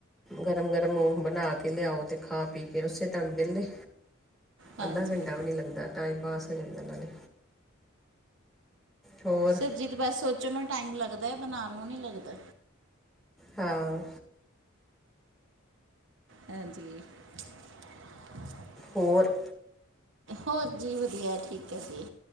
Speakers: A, in the centre; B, on the right.
A: ਗਰਮ ਗਰਮ ਬਣਾ ਕੇ ਲਿਆਓ ਅਤੇ ਖਾ ਪੀ, ਅਤੇ ਉਸੇ ਟਾਈਮ ਵਿਹਲੇ
B: ਹਾਂਜੀ
A: ਅੱਧਾ ਘੰਟਾ ਵੀ ਨਹੀਂ ਲੱਗਦਾ ਟਾਈਮ ਪਾਸ ਹੋ ਜਾਂਦਾ ਉਹਨਾਂ ਨੇ, ਹੋਰ
B: ਸਬਜ਼ੀ ਤੇ ਬਸ ਸੋਚਣ ਨੂੰ ਟਾਈਮ ਲੱਗਦਾ ਬਣਾਉਣ ਨੂੰ ਨੀ ਲੱਗਦਾ
A: ਹਾਂ
B: ਹਾਂਜੀ ਜੀ
A: ਹੋਰ?
B: ਹੋਰ ਜੀ ਵਧੀਆ ਠੀਕ ਹੈ ਜੀ,